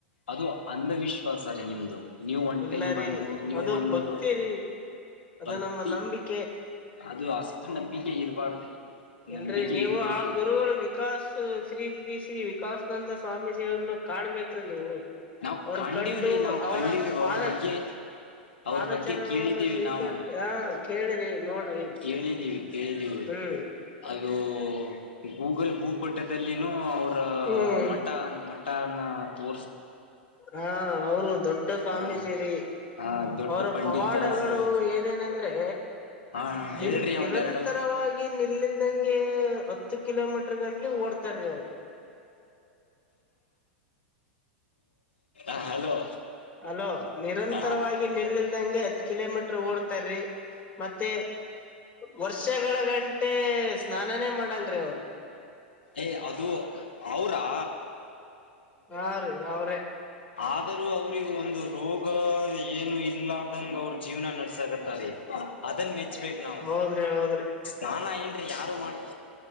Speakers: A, on the left; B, on the left.
A: ಅದು ಅಂಧವಿಶ್ವಾಸ ರೀ ನಿಮ್ದು ನೀವು ಒನ್
B: ಇಲ್ಲ
A: ಟೈಮ್
B: ರೀ
A: ಬಂದು ನೀವು
B: ಅದು
A: ಒಂದು
B: ಭಕ್ತಿ ರೀ ಅದು
A: ಭಕ್ತಿ
B: ನಮ್ಮ ನಂಬಿಕೆ
A: ಅದು ಹಸ್ತ್ರ ನಂಬಿಕೆ ಇರಬಾರ್ದ್ರಿ
B: ಇಲ್ರೀ
A: ನಂಬಿಕೆ
B: ನೀವು
A: ಇಡಬೇಕು
B: ಆ ಗುರುಗಳು ವಿಕಾಸ್ ಶ್ರೀ ಶ್ರೀ ಶ್ರೀ ವಿಕಾಸನಂದ ಸ್ವಾಮೀಜಿಯನ್ನು ಕಾಣಬೇಕ್ರೀ ನೀವು
A: ನಾವು
B: ಅವರು
A: ಕಂಡೀವ್ರಿ
B: ಕಂಡು
A: ನಾವು
B: ಅವರ
A: ಕಂಡೀವಿ
B: ಪಾದ
A: ಅವ್ರ ಬಗ್ಗೆ ಅವ್ರ
B: ಪಾದಚರಣವನ್ನು
A: ಬಗ್ಗೆ ಕೇಳಿದ್ದೀವಿ
B: ಸ್ವೀಕರಿಸಿ
A: ನಾವು
B: ಹ ಕೇಳ್ರಿ ನೋಡ್ರಿ
A: ಕೇಳಿದ್ದೀವಿ ಕೇಳಿದ್ದೀವಿ
B: ಹ್ಮ್
A: ಅದು ಗೂಗಲ್ ಭೂಪಟ್ಟದ ಇಲ್ಲಿ ಅವರ
B: ಹ್ಮ್
A: ಮಠ ಮಠಾನ ತೋ
B: ಹಾ ಅವರು ದೊಡ್ಡ ಸ್ಮೀಜಿರಿ
A: ಹಾ ಹಾ ದೊಡ್ಡ
B: ಅವರ
A: ಪಂಡಿತರು
B: ಪವಾಡಗಳು ಏನೇನಂದ್ರೆ
A: ಹಾ
B: ನಿಲ್
A: ಹೇಳ್ರಿ
B: ನಿರಂತರವಾಗಿ
A: ಒಂದೆರಡು
B: ನಿಲ್ಲಿಲ್ದಂಗೆ ಹತ್ತು ಕಿಲೋಮೀಟ್ರ ಗಂಟ್ಲಿ ಓಡ್ತಾರೀ ಅವರು
A: ಹ ಹಲೋ
B: ಅಲೋ ನಿರಂತರವಾಗಿ
A: ಹ
B: ನಿಲ್ಲ್ದಂಗೆ ಹತ್ ಕಿಲೋಮೀಟರ್ ಓಡ್ತಾರೀ ಮತ್ತೆ ವರ್ಷಗಳ ಗಂಟೆ ಸ್ನಾನಾನೇ ಮಾಡಲ್ರಿ ಅವನು
A: ಏಯ ಅದು ಅವ್ರಾ
B: ಹ್ರೀ ಅವ್ರೇ
A: ಆದರೂ ಅವ್ರಿಗೆ ಒಂದು ರೋಗ ಏನು ಇಲ್ಲ ಆದಂಗ ಅವ್ರ ಜೀವನ ನಡ್ಸಕತ್ತೆ ಸರಿ ಅದನ್ನ ಮೆಚ್ಬೇಕು ನಾವು
B: ಹೌದ್ರಿ ಹೌದ್ರಿ
A: ನಾನ ಏನ್ರಿ ಯಾರು ಮಾಡ